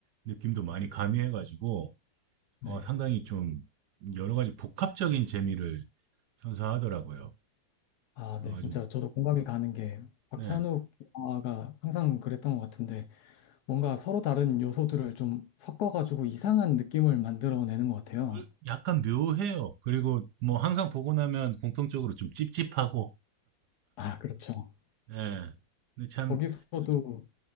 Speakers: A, on the right; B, on the left.
A: 느낌도 많이 가미해가지고
B: 네.
A: 어, 상당히 좀 여러 가지 복합적인 재미를 선사하더라고요.
B: 아,
A: 그래서
B: 네, 진짜
A: 아주
B: 저도 공감이 가는 게, 박찬욱
A: 네
B: 영화가 항상 그랬던 것 같은데, 뭔가 서로 다른 요소들을 좀 섞어가지고 이상한 느낌을 만들어내는 것 같아요.
A: 그 약간 묘해요. 그리고 뭐 항상 보고 나면 공통적으로 좀 찝찝하고
B: 아, 그렇죠.
A: 예 근데 참
B: 거기서도